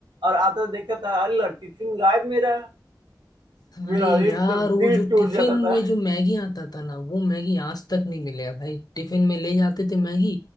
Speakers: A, on the right; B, on the left.
A: और आता देखता था अल्लाह टिफिन गायब मेरा मेरा
B: अरे यार
A: एकदम
B: वो
A: दिल
B: जो
A: टूट
B: टिफिन
A: जाता था
B: में जो मैगी आता था ना वो मैगी आज तक नहीं मिले है भाई टिफिन में ले जाते थे मैगी